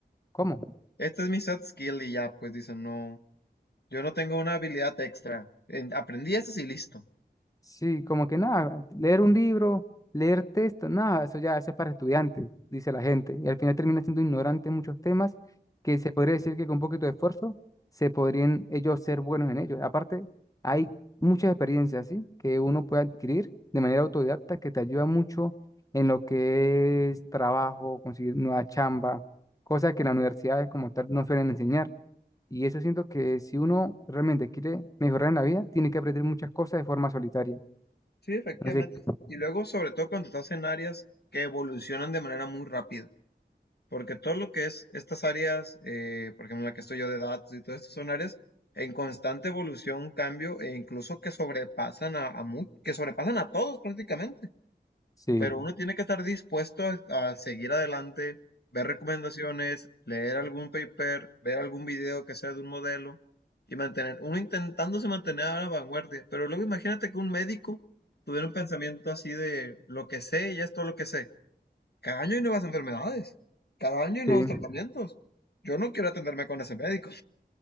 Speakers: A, on the left; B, on the left.
A: ¿Cómo?
B: Esta es mi set skill y ya, pues dice, no, yo no tengo una habilidad extra. En- aprendí estas y listo.
A: Sí, como que nada, leer un libro, leer texto, nada, eso ya eso es para estudiantes, dice la gente. Y al final termina siendo ignorante en muchos temas que se podría decir que con un poquito de esfuerzo se podrían ellos ser buenos en ellos. Aparte, hay muchas experiencias, ¿sí? que uno puede adquirir de manera autodidacta que te ayuda mucho en lo que es trabajo, conseguir nueva chamba, cosas que en las universidades como tal no suelen enseñar. Y eso siento que si uno realmente quiere mejorar en la vida, tiene que aprender muchas cosas de forma solitaria.
B: Sí, efectivamente.
A: Así que-
B: Y luego, sobre todo cuando estás en áreas que evolucionan de manera muy rápida. Porque todo lo que es estas áreas, eh, por ejemplo, la que estoy yo de datos y todo esto, son áreas en constante evolución, cambio, e incluso que sobrepasan a, a mu- que sobrepasan a todos prácticamente.
A: sí,
B: Pero uno tiene que estar dispuesto a, a seguir adelante, ver recomendaciones, leer algún paper, ver algún video que sea de un modelo y mantener, uno intentándose mantener a la vanguardia. Pero luego imagínate que un médico tuviera un pensamiento así de lo que sé, ya es todo lo que sé. Cada año hay nuevas enfermedades, cada año hay
A: sí,
B: nuevos tratamientos. Yo no quiero atenderme con ese médico.